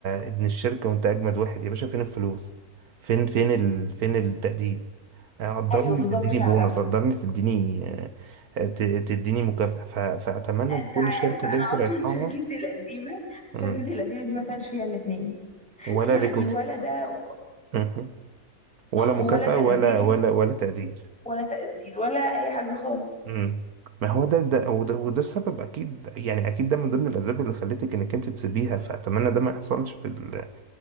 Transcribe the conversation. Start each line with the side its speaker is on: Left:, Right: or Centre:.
Right: ابن الشركه وانت اجمد واحد يا باشا فين الفلوس فين فين ال... فين التقدير قدرني
Centre: ايوه بالظبط
Right: تديني
Centre: فعلا
Right: بونص قدرني تديني آه، ت... تديني مكافأة ف... فأتمنى
Centre: انت
Right: تكون
Centre: عارف
Right: الشركة
Centre: انا
Right: اللي انت
Centre: اصلا
Right: رايحاها
Centre: <laughs> شركتي القديمه شركتي
Right: مم،
Centre: القديمه دي ما كانش فيها الاثنين
Right: ولا
Centre: يعني
Right: ريكوك
Centre: ولا ده
Right: <laughs> ولا مكافأة
Centre: ولا تقدير
Right: ولا ولا ولا تقدير
Centre: ولا تقدير ولا أي حاجة خالص
Right: امم ما هو ده ده وده, وده السبب اكيد يعني اكيد ده من ضمن الاسباب اللي خلتك انك انت تسيبيها فاتمنى ده ما يحصلش في ال...